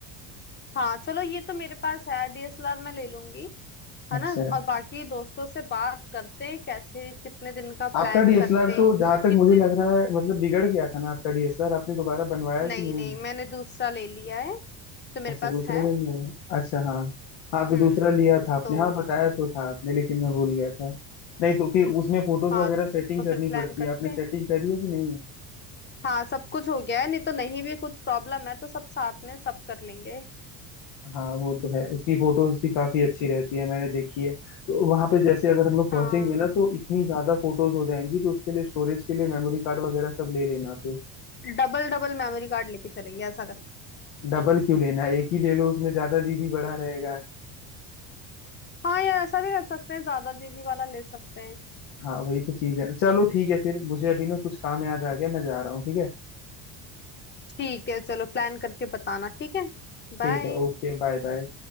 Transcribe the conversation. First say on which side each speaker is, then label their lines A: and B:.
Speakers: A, on the left (about 25°); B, on the left (about 85°).
A: हाँ चलो ये तो मेरे पास है डीएसएलआर मैं ले लूंगी है
B: अच्छा
A: ना और बाकी दोस्तों से बात करते हैं कैसे कितने दिन का प्लान
B: आपका डीएसएलआर
A: करते
B: तो
A: हैं
B: जहां तक
A: कितने
B: मुझे लग रहा है मतलब बिगड़ गया था ना आपका डीएसएलआर आपने दोबारा बनवाया
A: नहीं
B: कि नहीं
A: नहीं मैंने दूसरा ले लिया है तो मेरे
B: अच्छा
A: पास
B: दूसरा
A: है
B: ले लिया अच्छा हाँ हाँ तो
A: हम्म
B: दूसरा लिया था आपने
A: तो
B: हाँ बताया तो था आपने लेकिन मैं भूल गया था नहीं तो फिर उसमें फोटोज
A: हाँ
B: वगैरह सेटिंग
A: तो
B: करनी
A: फिर प्लान
B: पड़ती
A: करते
B: है आपने सेटिंग
A: हैं
B: करी है कि नहीं
A: हाँ सब कुछ हो गया है नहीं तो नहीं भी कुछ प्रॉब्लम है तो सब साथ में सब कर लेंगे
B: हाँ वो तो है उसकी फोटोज भी काफी अच्छी रहती है मैंने देखी है तो वहां पे जैसे अगर हम लोग पहुंचेंगे
A: हाँ
B: ना तो इतनी ज्यादा फोटोज हो जाएंगी तो उसके लिए स्टोरेज के लिए मेमोरी कार्ड वगैरह सब ले लेना फिर
A: डबल डबल मेमोरी कार्ड लेके चलेंगे ऐसा करेंगे
B: डबल क्यों लेना एक ही ले लो उसमें ज्यादा जीबी बढ़ा रहेगा
A: हाँ यार ऐसा भी कर सकते हैं ज्यादा जीबी वाला ले सकते हैं
B: हाँ वही तो चीज है चलो ठीक है फिर मुझे अभी ना कुछ काम याद आ गया मैं जा रहा हूँ ठीक है
A: ठीक है चलो प्लान करके बताना ठीक है
B: ठीक
A: बाय
B: है ओके बाय बाय